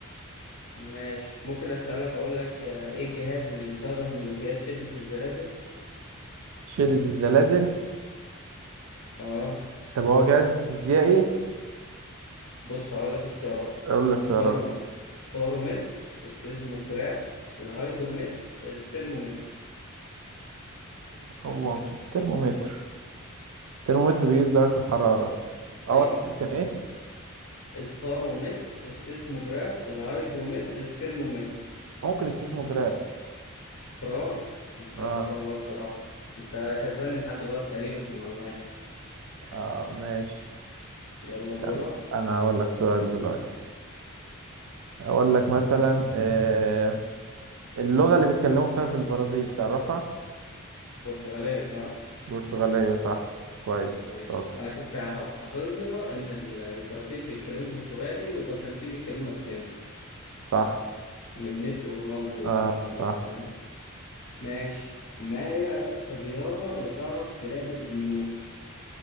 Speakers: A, on the left; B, on the right.
A: ماشي ممكن أسألك أقول لك آه، إيه الجهاز اللي بيستخدم لقياس شدة الزلازل؟
B: شدد الزلازل
A: آه
B: طب هو جهاز فيزيائي
A: بص هقول لك اختيارات
B: أقول الاختيارات
A: الباروم بارومتر السيزموجراف الهيدرومتر الترمومتر
B: هو مش الترمومتر الترمومتر بيقيس درجة الحرارة
A: أيوه
B: أول واحد كان إيه؟
A: البارومتر السيزموجراف الهيدرومتر الترمومتر
B: ممكن السيزموجراف
A: برافو أنت
B: اه
A: ما شاء الله الصراحة أنت كسبان لحد دلوقتي تقريبا في المعلومات
B: اه ماشي
A: يلا دورك
B: يلا أنا هقول لك سؤال دلوقتي أقول لك مثلا آه، اللغة اللي بيتكلموا فيها في البرازيل تعرفها؟
A: برتغالية صح؟
B: برتغالية صح كويس
A: ماشي
B: شاطر
A: انا كنت ح- حافظها ان ال- البرازيل بيتكلموا برتغالي والارجنتين بيتكلموا اسباني
B: صح
A: من ميسي ورونالدو
B: اه
A: والناس دول
B: صح
A: فاهم ماشي ما هي الرياضة اللي تعرف بلعبة الملوك